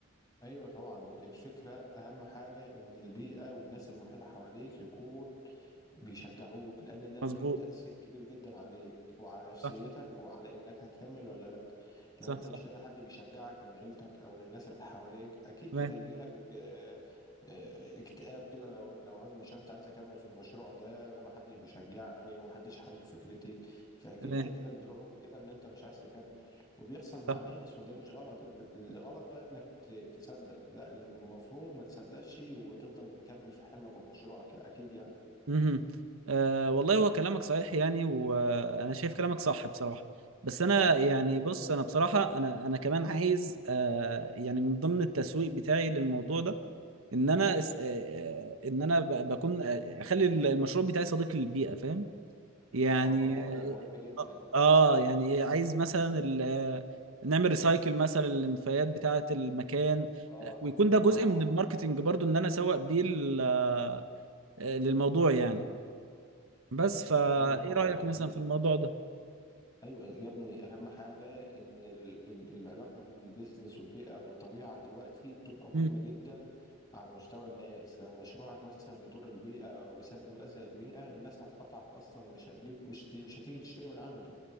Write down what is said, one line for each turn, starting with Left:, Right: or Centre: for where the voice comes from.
Left: أيوه طبعا الفكرة أهم حاجة إن البيئة والناس المحيطة حواليك يكون بيشجعوك لان ده ليه
Right: مظبوط
Left: تأثير كبير جدا عليك وعلى نفسيتك
Right: صح
Left: وعلى انك هتكمل ولا لا لو
Right: صح
Left: انت
Right: صح
Left: مش لاقي حد بيشجعك من عيلتك او من الناس اللي حواليك اكيد
Right: تمام
Left: هيجي لك آه، آه، اكتئاب كده لو ان معون مش انت عايز اكمل في المشروع ده محدش بيشجعني ومحدش حابب فكرتي فاكيد
Right: تمام
Left: هيجي لك دروب كده ان انت مش عايز تكمل وبيحصل مع
Right: صح
Left: ناس وده مش غلط الغلط بقى انك ت- تصدق لا المفروض ما تصدقش وتفضل مكمل في حلمك وفي مشروعك اكيد
Right: امم أه والله هو كلامك صحيح يعني وانا شايف كلامك صح بصراحه بس انا يعني
Left: يعني
Right: بص انا بصراحه انا انا كمان عايز أه يعني من ضمن التسويق بتاعي للموضوع ده ان انا أس- آه، آه، ان انا ب- بكون آه، اخلي المشروع بتاعي صديق للبيئه فاهم يعني
Left: اه اه ده مهم جدا
Right: اه آه، يعني عايز مثلا ال- آه، نعمل ريسايكل مثلا للنفايات بتاعه المكان
Left: اه اه
Right: آه، ويكون ده جزء
Left: آه.
Right: من الماركتينج برضو ان انا اسوق بيه لل- آه، للموضوع يعني بس فايه
Left: ايوه طبعا
Right: رأيك
Left: أكيد.
Right: مثلا في الموضوع ده
Left: ايوه يا ابني اهم حاجه ان ال ال العلاقه بين البيزنس والبيئه والطبيعه دلوقتي بتبقى مهمه
Right: مم.
Left: جدا على مستوى الناس لو مشروعك مثلا بيضر البيئه او بيسبب اذى للبيئه الناس هتقطعك اصلا ومش هتجيب مش مش هتيجي تشتري من عندك